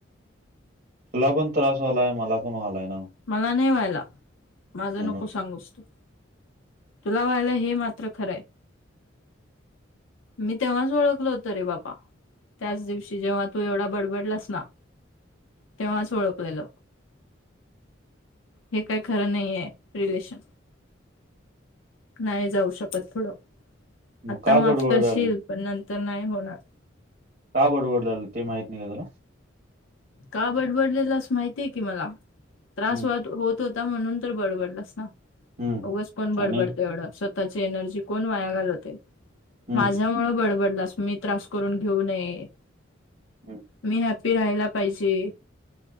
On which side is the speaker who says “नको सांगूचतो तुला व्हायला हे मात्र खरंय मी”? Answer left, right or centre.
Left